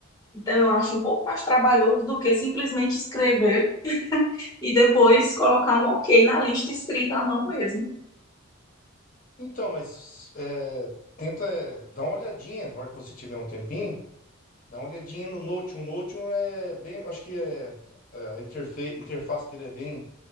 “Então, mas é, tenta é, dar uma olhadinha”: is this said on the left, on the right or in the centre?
Left